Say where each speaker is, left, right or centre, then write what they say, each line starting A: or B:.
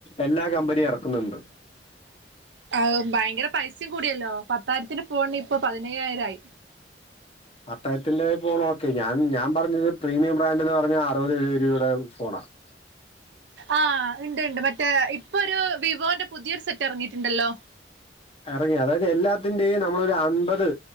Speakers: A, on the left; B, on the right.
A: എല്ലാ കമ്പനിയും ഇറക്കുന്നുണ്ട്
B: ആഹ് ഭയങ്കര പൈസയും കൂടിയല്ലോ പത്തായിരത്തിന്റെ ഫോണിന് ഇപ്പൊ പതിനയ്യായിരയി
A: പത്തായിരത്തിന്റെ ഫോൺ ഓക്കെ ഞാൻ ഞാൻ പറഞ്ഞത് പ്രീമിയം ബ്രാൻഡ എന്ന് പറഞ്ഞാ അറുപത് എഴുപത് രൂപയുടെ ഫോണാണ്
B: ആഹ് ഉണ്ട് ഉണ്ട് മറ്റേ ഇപ്പൊ ഒരു വിവോന്റെ പുതിയൊരു സെറ്റ് ഇറങ്ങിയിട്ടുണ്ടല്ലോ
A: ഇറങ്ങി അതായത് എല്ലാത്തിന്റെയും നമ്മളൊരു അൻപത്